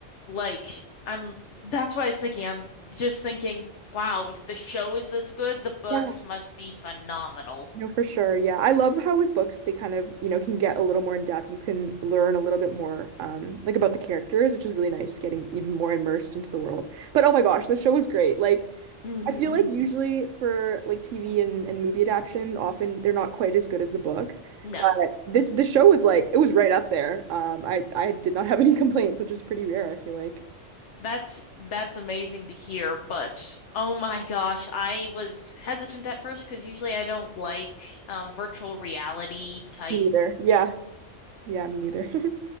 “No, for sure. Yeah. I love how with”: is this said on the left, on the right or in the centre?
Right